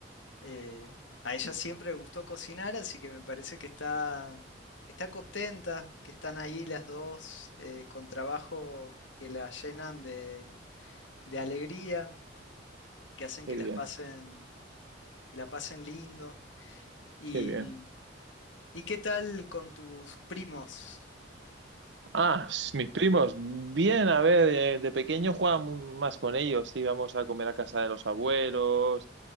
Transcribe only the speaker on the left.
Eh, a ella siempre le gustó cocinar, así que me parece que está, que está contenta, que están ahí las dos eh, con trabajo que la llenan de, de alegría, que hacen
que
las pasen, que la pasen lindo. Y,
¿y qué tal con tus primos?